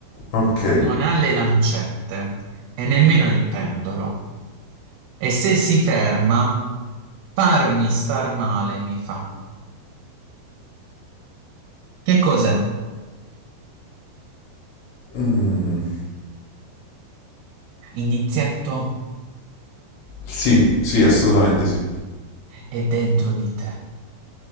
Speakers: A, on the left; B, on the right.
A: Ok.
B: non ha le lancette e nemmeno il pendolo. E se si ferma, farmi star male mi fa. Che cos'è?
A: Mm,
B: Inizietto
A: sì, sì, assolutamente sì.
B: è dentro di te.